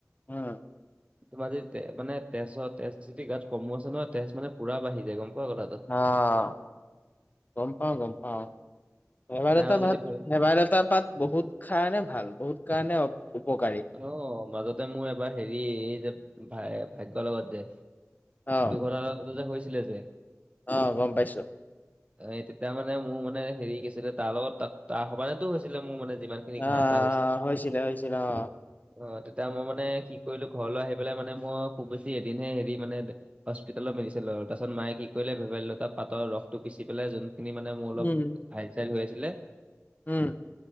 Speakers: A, on the left; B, on the right.
A: উম
B: তোমাৰ যি তে মানে তেছত তেছ যদি গাত কমো আছে নহয় তেছ মানে পুৰা বাঢ়ি যায় গম পোৱা কথাটো,
A: অঁ, গম পাওঁ গম পাওঁ! ভেবাই
B: মানে
A: লতা
B: আৰু
A: পাত
B: যদি ভে
A: ভেবাই লতা পাত বহুত খাৰণে ভাল বহুত কাৰণে উ উপকাৰী,
B: অঁ, মাজতে মোৰ এবাৰ হেৰি এই যে ভাই ভাগ্য লগত যে,
A: অ
B: দুৰ্ঘটনা টো হৈছিলে যে,
A: অ গম পাইছো
B: এ তেতিয়া মানে মোৰ মানে হেৰি কি আছিলে তাৰ লগত তাত তাৰ সমানেতো হৈছিলে মোৰ মানে যিমান খিনি
A: আহ
B: ঘাঁ চা
A: অ হৈছিলে হৈছিলে অ
B: অ তেতিয়া মই মানে কি কৰিলো ঘৰলৈ আহি পেলাই মানে মই খুব বেছি এদিনহে হেৰি মানে হস্পিতেলত মেডিচিন ললো তাৰ পাছত মায়ে কি কৰিলে ভেবেলি লতা পাতৰ ৰসটো পিচি পেলাই যোনখিনি মানে মোৰ অলপ
A: উম
B: ঘাইল চাইল হৈ আছিলে
A: উম